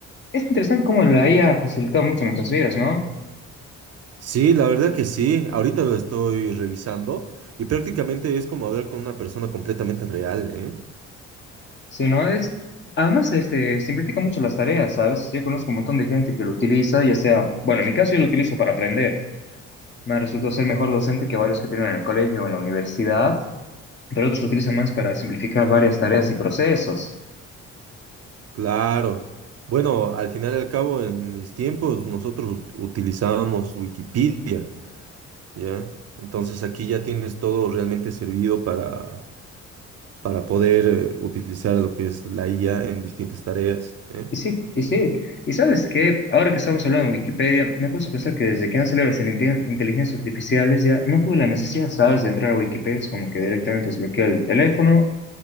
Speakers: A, on the left (about 35°); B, on the right (about 55°).
A: es interesante cómo la IA ha facilitado mucho nuestras vidas, ¿no?
B: Sí, la verdad que sí. Ahorita lo estoy revisando y prácticamente es como hablar con una persona completamente real, ¿eh?
A: Si no es, además, este, simplifica mucho las tareas, ¿sabes? Yo conozco un montón de gente que lo utiliza, ya sea, bueno, en mi caso yo lo utilizo para aprender. Me resultó ser mejor docente que varios que tienen en el colegio o en la universidad, pero otros lo utilizan más para simplificar varias tareas y procesos.
B: Claro. Bueno, al final y al cabo, en mis tiempos nosotros ut- utilizábamos Wikipedia, ¿ya? Entonces aquí ya tienes todo realmente servido para para poder eh, utilizar lo que es la IA en distintas tareas, ¿eh?
A: Y sí, y sí. Y sabes que ahora que estamos hablando de Wikipedia, me puse a pensar que desde que han salido las inte- inteligencias artificiales ya no tuve la necesidad, ¿sabes?, de entrar a Wikipedia. Es como que directamente desbloqueo el teléfono,